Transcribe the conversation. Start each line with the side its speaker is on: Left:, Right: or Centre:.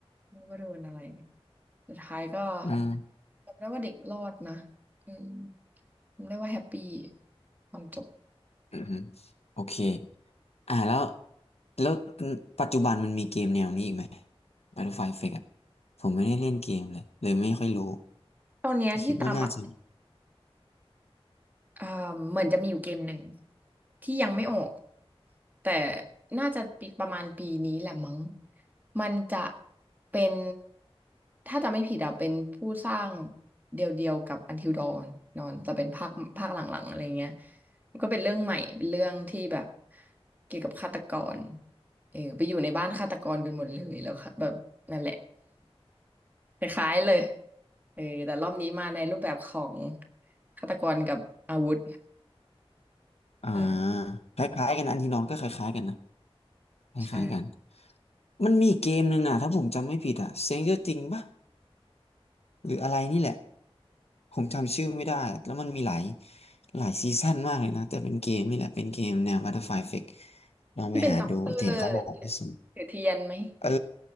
Right: ไม่รู้ว่าโดนอะไรสุดท้ายก็
Left: อืม
Right: จำได้ว่าเด็กรอดนะอืมจำได้ว่าแฮปปี้ตอนจบ
Left: อืมโอเค อ่าแล้วแล้วปัจจุบันมันมีเกมแนวนี้อีกไหม Battlefield Effect อ่ะผมไม่ได้เล่นเกมเลยเลยไม่ค่อยรู้
Right: ตอนเนี้ยที่ตามอะ
Left: แต่คิดว่าน่าจะมี
Right: เอ่อเหมือนจะมีอยู่เกมหนึ่งที่ยังไม่ออกแต่น่าจะปีประมาณปีนี้แหละมั้งมันจะเป็นถ้าจะไม่ผิดอะเป็นผู้สร้างเดียวๆกับ Until Dawn นอนจะเป็นภาคภาคหลังๆอะไรเงี้ยมันก็เป็นเรื่องใหม่เป็นเรื่องที่แบบเกี่ยวกับฆาตกร เออไปอยู่ในบ้านฆาตกรกันหมดเลยแล้วค่ะแบบนั่นแหละ <laughs> คล้ายๆเลยเออแต่รอบนี้มาในรูปแบบของฆาตกรกับอาวุธ
Left: อ่า
Right: ใช่
Left: คล้ายๆกันอันที่น้องก็คล้ายๆกันนะคล้ายๆกัน
Right: ใช่
Left: มันมีเกมหนึ่งอ่ะถ้าผมจำไม่ผิดอ่ะ Stranger Things ป่ะหรืออะไรนี่แหละผมจำชื่อไม่ได้แล้วมันมีหลายหลายซีซั่นมากเลยนะแต่เป็นเกมนี่แหละเป็นเกมแนว Battlefield Effect ลองไปหาดูเห็นเขาบอกว่าสนุก
Right: ที่เป็นด็อกเตอร์ยืนถือเทียนไหม
Left: เออ